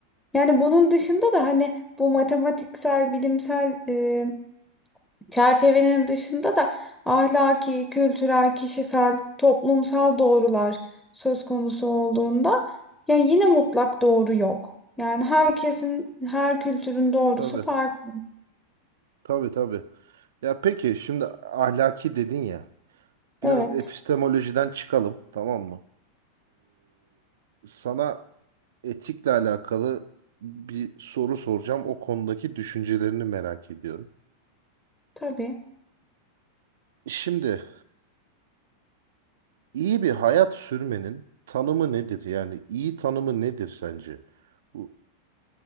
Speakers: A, in the centre; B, on the right.
A: yani bunun dışında da hani bu matematiksel, bilimsel e, çerçevenin dışında da ahlaki, kültürel, kişisel, toplumsal doğrular söz konusu olduğunda ya yine mutlak doğru yok. Yani herkesin, her kültürün doğrusu
B: Tabii,
A: farklı.
B: tabii, tabii. Ya peki şimdi ahlaki dedin ya. Biraz
A: Evet,
B: epistemolojiden çıkalım, tamam mı? Ee, sana etikle alakalı bir soru soracağım. O konudaki düşüncelerini merak ediyorum.
A: tabii.
B: Şimdi iyi bir hayat sürmenin tanımı nedir? Yani iyi tanımı nedir sence? Bu,